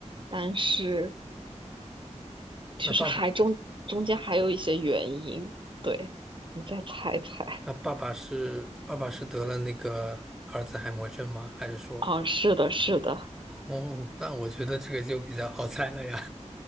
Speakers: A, on the right (about 40°); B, in the centre.
A: 但是就是还中中间还有一些原因，
B: 那爸爸，
A: 对，你再猜一猜。
B: 那爸爸是爸爸是得了那个儿子海默症吗？还是说，
A: 啊，是的，是的，
B: 哦，那我觉得这个就比较好猜了呀。